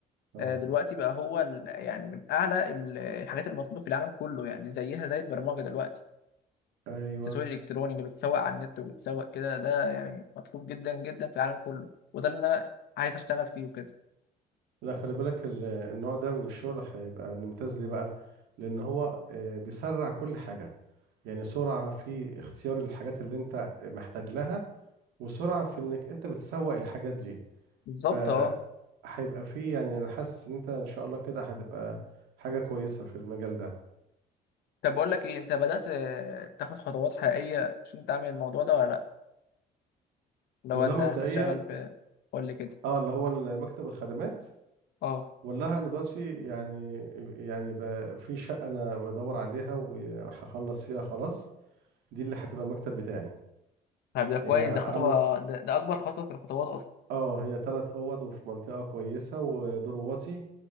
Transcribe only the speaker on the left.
آه، دلوقتي بقى هو ال- يعني من اعلى ال- الحاجات المطلوبه في العالم كله يعني زيها زي البرمجه دلوقتي
التسويق الالكتروني اللي بتسوق على النت وبتسوق كده ده يعني مطلوب جدا جدا في العالم كله وده اللي انا عايز اشتغل فيه وكده
بالظبط
اه
طب بقول لك ايه انت بدأت آه، تاخد خطوات حقيقية عشان تعمل الموضوع ده ولا لا لو
انت
عايز تشتغل في قول لي كده
اه
طب ده كويس
ده خطوة
ده, ده اكبر خطوة في الخطوات اصلا